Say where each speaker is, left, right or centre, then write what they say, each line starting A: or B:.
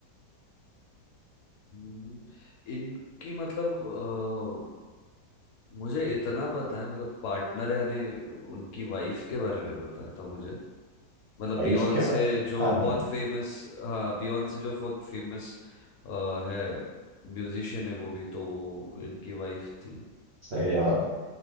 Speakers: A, on the left; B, on the right.
A: हम्म, इनकी मतलब अ, मुझे इतना पता है मतलब पार्टनर यानी उनकी वाइफ के बारे में पता था मुझे मतलब
B: वाइफ
A: बियॉन्ड
B: के
A: से
B: बारे
A: जो
B: हाँ जी
A: बहुत फेमस हाँ बियॉन्ड से जो बहुत फेमस है म्यूजिशियन है वो भी तो वो इनकी वाइफ थी
B: सही जवाब